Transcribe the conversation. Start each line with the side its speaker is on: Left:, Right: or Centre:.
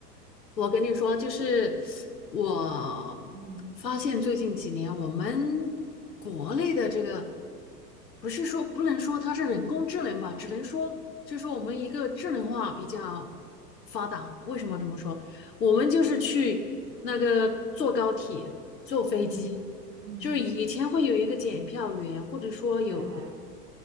Left: 我跟你说，就是我
Right: 嗯
Left: 发现最近几年，我们国内的这个不是说不能说它是人工智能吧，只能说就是说我们一个智能化比较发达。为什么这么说？我们就是去那个坐高铁、坐飞机，
Right: 嗯嗯，
Left: 就是以前会有一个检票员，或者说有
Right: 哎，